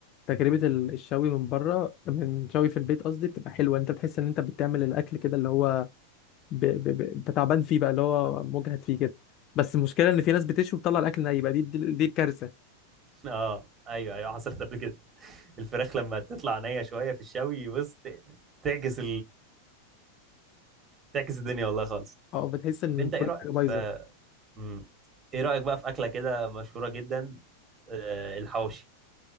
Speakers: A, on the left (about 35°); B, on the right (about 25°).
A: تجربة ال- الشوي من بره من شوي في البيت قصدي بتبقى حلوة انت بتحس ان انت بتعمل الاكل كده اللي هو ب... ب... ب... انت تعبان فيه بقى اللي هو مجهد فيه كده بس المشكلة ان في ناس بتشوي وبتطلع الاكل ني بقى دي دي, دي الكارثة
B: <laughs> اه ايوه ايوه حصلت قبل كده الفراخ لما تطلع نيه شويه في الشوي بص ت- تعجز تعكس الدنيا والله خالص
A: اه بتحس ان
B: طب انت
A: كل
B: ايه رايك
A: حاجة بايظة
B: في مم. ايه رايك بقى في اكله كده مشهوره جدا آه، الحواوشي